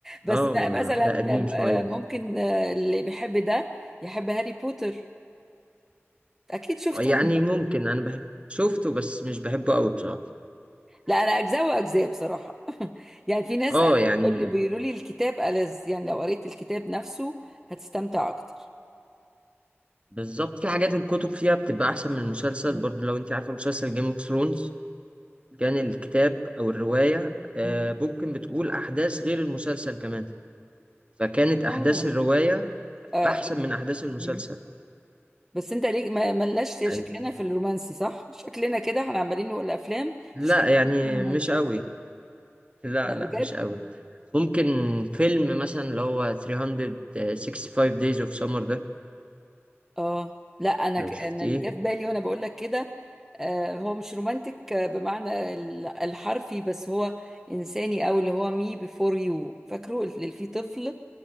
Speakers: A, in the centre; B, on the right.
A: بس
B: اه
A: م-
B: وأنا-
A: مثلا
B: ده قديم شوية
A: آه، ممكن آه، اللي بيحب ده يحب هاري بوتر اكيد شفته
B: يعني ممكن انا بحب شفته بس مش بحبه قوي بصراحة
A: لا انا اجزاء واجزاء بصراحه <laughs> يعني في ناس
B: اه يعني
A: بيقول لي بيقولوا لي الكتاب ألذ يعني لو قريت الكتاب نفسه هتستمتع اكتر
B: بالظبط في حاجات الكتب فيها بتبقى احسن من المسلسل
A: مم.
B: برضه لو انت عارفة مسلسل جيم اوف ثرونز كان الكتاب او الرواية آه
A: مم.
B: ممكن بتقول احداث غير المسلسل كمان فكانت
A: اه
B: احداث الرواية
A: آه،
B: احسن
A: اجمل
B: من احداث المسلسل
A: مم. بس انت ليه ما ملناش شكلنا
B: يعني
A: في الرومانسي صح شكلنا كده احنا عمالين نقول افلام
B: لا
A: مفيش ولا
B: يعني
A: واحد فيه رومانسي
B: مش قوي لا
A: لا
B: لا
A: بجد
B: مش قوي ممكن فيلم مثلا اللي هو 365 days of summer ده
A: اه لا انا
B: لو
A: ك...
B: شفتيه
A: انا اللي جه في بالي وانا بقول لك كده آه هو مش رومانتك آه، بمعنى ال- الحرفي بس هو انساني او اللي هو مي بيفور يو فاكره اللي فيه طفل